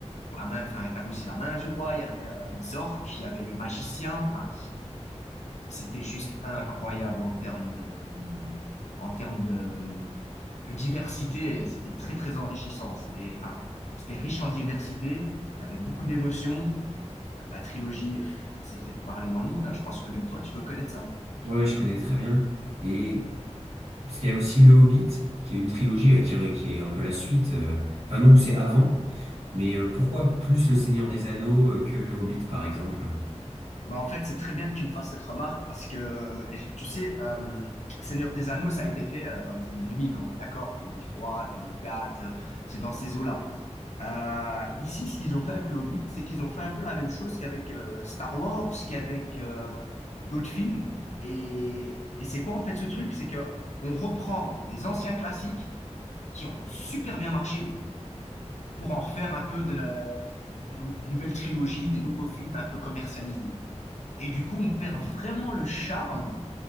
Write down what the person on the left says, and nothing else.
pour la main. Enfin, t'avais aussi la main du roi. Il y avait euh, les orques, il y avait les magiciens. Enfin, C'était juste incroyable en termes de, en termes de, de diversité. C'était très, très enrichissant. C'était, enfin, c'était riche en diversité. Il y avait beaucoup d'émotions. Euh, La trilogie pff, s'est fait parler dans le monde. hein. Je pense que même toi, tu dois connaître ça.
Bah, en fait, c'est très bien que tu me fasses cette remarque parce que, j- tu sais, euh, Seigneur des Anneaux, ça a été fait euh, dans les années 2000. On est d'accord, 2003, 2004. euh, c'est dans ces eaux-là. Euh, ici, ce qu'ils ont fait avec le Hobbit, c'est qu'ils ont fait un peu la même chose qu'avec euh, Star Wars, qu'avec euh, d'autres films. Et, et c'est quoi en fait ce truc? C'est que on reprend des anciens classiques qui ont super bien marché pour en refaire un peu de la, des, des nou- nouvelles trilogies, des nouveaux films un peu commercialisés. Et du coup, on perd vraiment le charme,